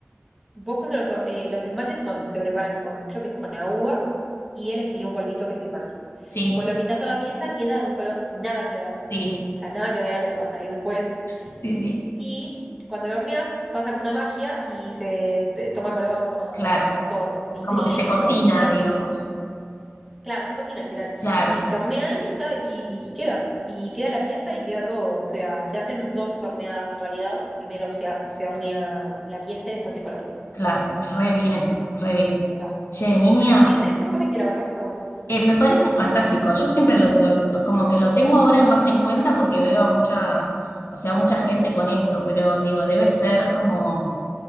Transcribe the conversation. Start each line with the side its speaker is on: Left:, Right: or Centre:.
Centre: Vos cuando los, eh, los esmaltes son, se preparan con, creo que es con agua y, el, es- y un polvito que es el esmalte.
Left: Sí,
Centre: Vos lo pintás a la pieza, queda de un color nada que ver.
Left: sí,
Centre: O sea, nada que ver a lo que va a salir después.
Left: sí, sí,
Centre: Y cuando lo horneas, pasa como una magia y se te- toma color, toma
Left: claro.
Centre: todo, y
Left: Como
Centre: brillo
Left: que se cocina,
Centre: y todo, y queda
Left: digamos.
Centre: muy lindo. Claro, se cocina literal.
Left: Claro,
Centre: Y se hornea ahí y, ta, y, y queda. Y queda la pieza y queda todo. O sea, se hacen dos horneadas en realidad. Primero se, ha- se hornea la pieza y después el color.
Left: claro, re bien, re bien.
Centre: Pero, ta.
Left: Che, niña,
Centre: Pero es, es un hobby que la verdad que está bueno.
Left: eh, me parece fantástico. Yo siempre lo, lo- como que lo tengo ahora más en cuenta porque veo a mucha, o sea, mucha gente con eso, pero digo, debe ser como,